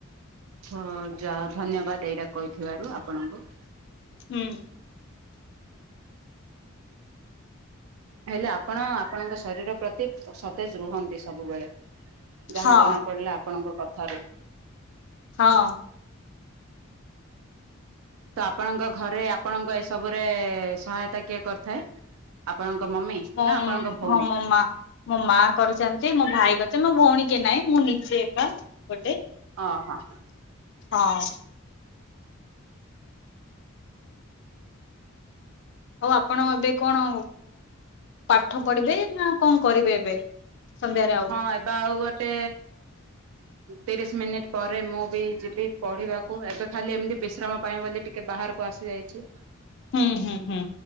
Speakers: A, on the right (about 75°); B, on the left (about 55°).
A: ହଁ ଧନ୍ୟବାଦ ଏଇଟା କହିଥିବାରୁ ଆପଣଙ୍କୁ।
B: ହୁଁ।
A: ହେଲେ ଆପଣ ଆପଣଙ୍କ ଶରୀର ପ୍ରତି ସତେଜ ରୁହନ୍ତି ସବୁବେଳେ। ଯାହା
B: ହଁ
A: ଜଣା ପଡିଲା ଆପଣଙ୍କ କଥାରୁ।
B: ହଁ।
A: ତ ଆପଣଙ୍କ ଘରେ ଆପଣଙ୍କ ଏସବୁରେ ସହାୟତା କିଏ କରିଥାଏ? ଆପଣଙ୍କ ମମି
B: ମୋ
A: ନା ଆପଣଙ୍କ ଭଉଣୀ?
B: ହଁ ମୋ ମା। ମୋ ମା କରିଛନ୍ତି ମୋ ଭାଇ କରିଛନ୍ତି ମୋ ଭଉଣୀ କି ନାଇଁ ମୁଁ ନିଜେ ଏକା ଗୋଟେ।
A: ଓ ହୋ
B: ହଁ। ଆଉ ଆପଣ ଏବେ କଣ ପାଠ ପଢିବେ ନା କଣ କରିବେ ଏବେ? ସନ୍ଧ୍ୟାରେ? ଆଉ।
A: ହଁ ଏବେ ଆଉ ଗୋଟେ ତିରିଶ ମିନିଟ ପରେ ମୁଁ ବି ଯିବି ପଢିବାକୁ ଏବେ ଖାଲି ଏମିତି ବିଶ୍ରାମ ପାଇଁ ବୋଲି ଟିକେ ବାହାର କୁ ଆସିଯାଇଛି।
B: ହୁଁ ହୁଁ ହୁଁ।